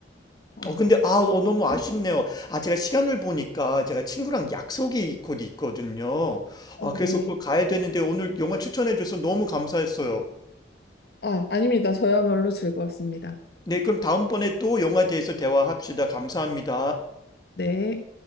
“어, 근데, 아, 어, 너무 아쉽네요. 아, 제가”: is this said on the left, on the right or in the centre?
Left